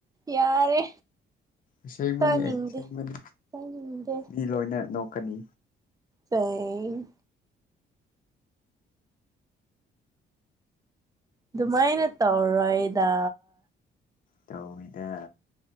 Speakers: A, on the right; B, on the left.
A: ꯌꯥꯔꯦ
B: ꯑꯁꯦꯡꯕꯅꯤ
A: ꯇꯥꯅꯤꯡꯗꯦ
B: ꯑꯩ ꯑꯁꯦꯡꯕꯅꯤ
A: ꯇꯥꯅꯤꯡꯗꯦ
B: ꯃꯤ ꯂꯣꯏꯅ ꯅꯣꯛꯀꯅꯤ
A: ꯆꯩ ꯑꯗꯨꯃꯥꯏꯅ ꯇꯧꯔꯣꯏꯗ
B: ꯇꯧꯋꯤꯗ